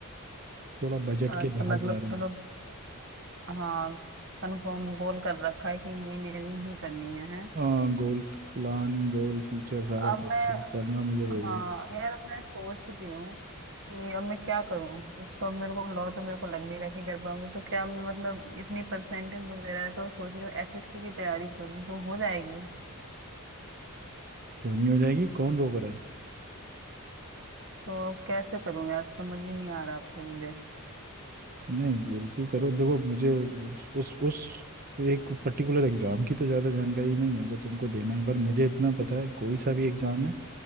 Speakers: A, on the right; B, on the right.
A: थोड़ा बजट के
B: अच्छा
A: बाहर
B: मतलब
A: जा रहे हैं
B: तुम लोग हाँ कंफर्म गोल कर रखा है कि इंजीनियरिंग ही करनी है, है?
A: हाँ गोल प्लान गोल फ्यूचर सारा
B: अब
A: फिक्स
B: मैं
A: करना मुझे वही
B: हाँ
A: है
B: यार अब मैं सोच रही हूँ कि अब मैं क्या करूँ इसको अब मेरे को लॉ तो मेरे को लग नहीं रहा कि कर पाऊंगी तो क्या मैं मतलब इतनी परसेंटेज वगैरह है तो सोच रही हूँ एसएससी की तैयारी कर लूँ तो हो जाएगी
A: क्यों नहीं हो जाएगी कौन रोक रहा है
B: तो कैसे करूँ यार समझ ही नहीं आ रहा अब तो मुझे
A: नहीं बिल्कुल करो देखो मुझे उस उस उस एक पर्टिकुलर एग्जाम की तो ज़्यादा जानकारी नहीं है जो तुमको देना है पर मुझे इतना पता है कोई सा भी एग्जाम है